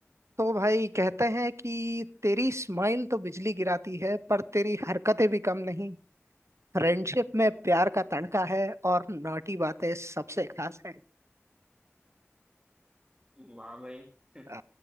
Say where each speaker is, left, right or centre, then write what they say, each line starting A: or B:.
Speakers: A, on the right; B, on the right.
A: तो भाई कहते हैं कि तेरी स्माइल तो बिजली गिराती है पर तेरी हरकतें भी कम नहीं फ्रेंडशिप में प्यार का तड़का है और नॉटी बातें सबसे खास है
B: वाह भाई <laughs>
A: आ,